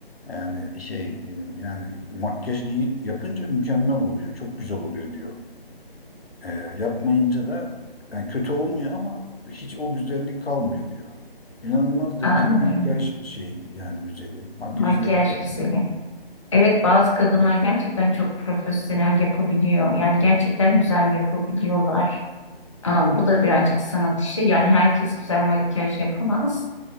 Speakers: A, on the left; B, on the left.
A: Yani şey yani makyaj giyip yapınca mükemmel oluyor. Çok güzel oluyor diyor. E, yapmayınca da yani kötü olmuyor ama hiç o güzellik kalmıyor diyor. İnanılmaz derecede
B: Anlıyorum.
A: makyaj şey yani güzeli. Makyajı
B: Makyaj
A: da iyi yapıyor.
B: güzeli. Evet bazı kadınlar gerçekten çok profesyonel yapabiliyor. Yani gerçekten güzel yapabiliyorlar. Aa, bu da birazcık sanat işi. Yani herkes güzel makyaj yapamaz.